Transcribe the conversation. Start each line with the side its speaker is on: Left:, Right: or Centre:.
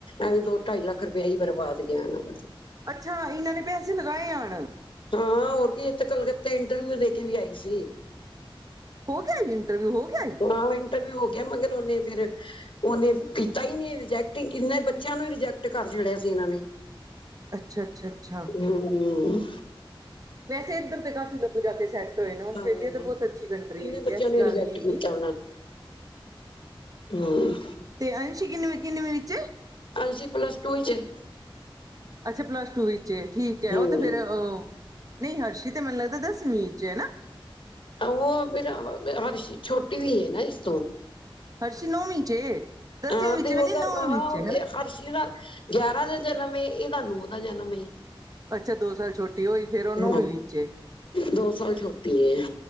Left: ਐਵੇਂ ਦੋ-ਢਾਈ ਲੱਖ ਰੁਪਇਆ ਈ ਬਰਬਾਦ ਗਿਆ ਨਾ। ਬਸ
Right: ਅੱਛਾ, ਇਨਾਂ ਨੇ ਪੈਸੇ ਲਗਾਏ ਐ ਹਣ?
Left: ਹਾਂ, ਹੋਰ ਕੀ ਇਹ ਤੇ ਕਲਕੱਤੇ ਇੰਟਰਵਿਊ ਦੇ ਕੇ ਵੀ ਆਈ ਸੀ।
Right: ਹੋ ਗਿਆ ਜੀ ਇੰਟਰਵਿਊ, ਹੋ ਗਿਆ ਈ?
Left: ਹਾਂ, ਇੰਟਰਵਿਊ ਹੋ ਗਿਆ ਐ ਮਗਰ ਓਨੇ ਫੇਰ ਓਨੇ ਕੀਤਾ ਈ ਨਈ, ਰਿਜੈਕਟ ਈ ਕਿੰਨੇ ਬਚਿਆਂ ਨੂੰ ਰਿਜੈਕਟ ਕਰ ਛੱਡਿਆ ਸੀ ਇਨਾਂ ਨੇ।
Right: ਅੱਛਾ, ਅੱਛਾ, ਅੱਛਾ।
Left: ਹੂੰ।
Right: ਵੈਸੇ, ਐੱਧਰ ਤੇ ਕਾਫ਼ੀ ਲੋਗ ਜਾਕੇ ਸੈਟ ਹੋਏ ਨੇ, ਆਸਟ੍ਰੇਲੀਆ
Left: ਹਾਂ
Right: ਤਾਂ ਬਹੁਤ ਅੱਛੀ ਕੰਟਰੀ
Left: ਕਿੰਨੇ
Right: ਹੈਗੀ
Left: ਬੱਚਿਆਂ
Right: ਏ, ਐਸੀ
Left: ਨੂੰ
Right: ਗੱਲ
Left: ਰਿਜੈਕਟ
Right: ਨੀ ਹੈਗੀ।
Left: ਕੀਤਾ ਹੂੰ।
Right: ਤੇ ਅੰਸ਼ੀ ਕਿੰਨਵੀ-ਕਿੰਨਵੀ ਵਿੱਚ ਏ?
Left: ਅੰਸ਼ੀ ਪਲਸ ਟੂ ਵਿੱਚ ਏ।
Right: ਅੱਛਾ, ਪਲੱਸ ਟੂ ਇੱਚ ਏ, ਠੀਕ ਏ,
Left: ਹਮ
Right: ਓ ਤੇ ਫੇਰ ਅ ਨਈ ਹਰਸ਼ੀ ਤੇ ਮੈਨੂੰ ਲੱਗਦਾ ਦਸਵੀ ਵਿੱਚ ਏ ਨਾ।
Left: ਆਹੋ ਫੇਰ <inaudible> ਹਰਸ਼ੀ ਛੋਟੀ ਵੀ ਏ ਨਾ ਇਸ ਤੋਂ
Right: ਹਰਸ਼ੀ ਨੌਵੀਂ ਚ ਏ, ਦਸਵੀਂ
Left: ਹਾਂ
Right: ਵਿੱਚ
Left: ਤੇ
Right: ਵੀ
Left: ਉਹਦਾ
Right: ਨੀ, ਨੌਵੀਂ
Left: ਹਾਂ
Right: ਵਿੱਚ ਏ।
Left: ਹਰਸ਼ੀ ਦਾ ਗਿਆਰਾ ਦਾ ਜਨਮ ਏ, ਇਦਾ ਨੌ ਦਾ ਜਨਮ ਏ।
Right: ਅੱਛਾ ਦੋ ਸਾਲ ਛੋਟੀ ਹੋਈ, ਫੇਰ ਉਹ ਨੌਵੀਂ
Left: ਹੂੰ,
Right: ਵਿੱਚ ਏ
Left: ਦੋ ਸਾਲ ਛੋਟੀ ਏ।